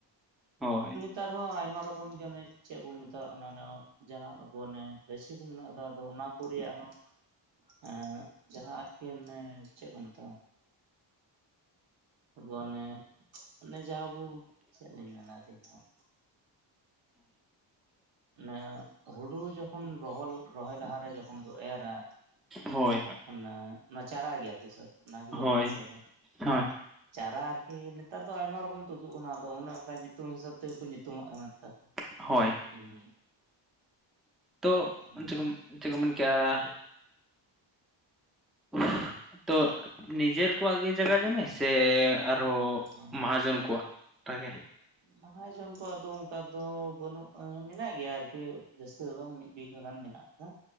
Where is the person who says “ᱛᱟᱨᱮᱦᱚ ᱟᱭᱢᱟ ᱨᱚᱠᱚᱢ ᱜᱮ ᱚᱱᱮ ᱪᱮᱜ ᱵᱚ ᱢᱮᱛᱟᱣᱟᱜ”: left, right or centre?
Right